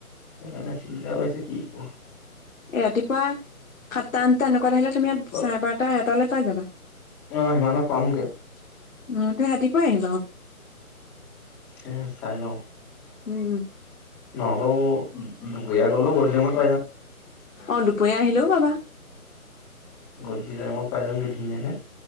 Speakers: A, in the centre; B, on the left.
A: সেইকাৰণে চিন্তা কৰিছে কি ক
B: ৰাতিপুৱা সাতটা আঠটা এনেক- কোৱাত আহিলে তুমি ইয়াত
A: কৰো
B: চাৰে বাৰটা এটালে পাই যাবা
A: অ সিমানত পামগে
B: অহ তই ৰাতিপুৱা আহিবা অ
A: এ চাই লওঁ
B: উম
A: নহ'লেও দুপৰীয়া গ'লো গধূলি সময়ত -
B: অ দুপৰীয়া আহিলেও পাবা।
A: গধূলি টাইমত পাই যামগে ধুনীয়াকে।